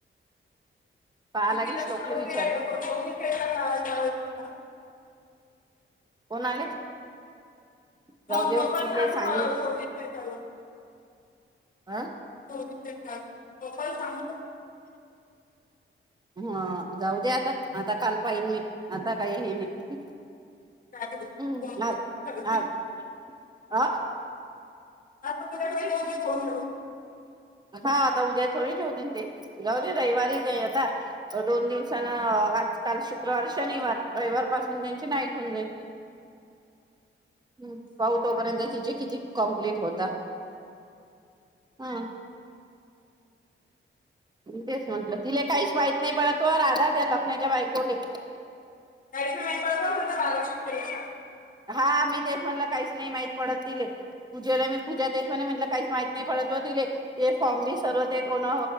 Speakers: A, on the right; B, on the left.
A: पहा
B: मग
A: लागेल्
B: तिला
A: श्लोकला
B: सांगू ते
A: विचारुन
B: दोन्ही फेटा लावायला लावायचं
A: कोण आले
B: मग
A: जाऊ
B: पप्पा
A: देव तिले
B: सांगू
A: सांगे
B: दोन्ही फेटा
A: आं
B: पप्पा सांगून
A: हा जाऊ दे आता आता काल पाहिन मी आता काही हे नाही
B: काय फोन
A: हम् आ
B: करून
A: आ अ
B: आता उद्या पहिले उभी फोन करू
A: हा आता उद्या थोडी ठेवतेन ते जाऊदे रविवारी जाई आता दोन दिवसान आजकाल शुक्रवार शनिवार रविवार पासून त्यांची नाईट होऊन जाईल हम् पाहु तोपर्यंत तिची किती कम्प्लीट होता हम तेच म्हटलं तिला काहीच माहित नाही बर तो राधा त्या लखनाच्या बायकोले
B: ण बालक शिक
A: हा मी तेच म्हटलं काहीच नाही माहित पडत तिले पूजेला मी पूजा तेच म्हणे म्हटलं काहीच माहित नाही पडत हो तिले फॉर्म बी सर्व ते कोण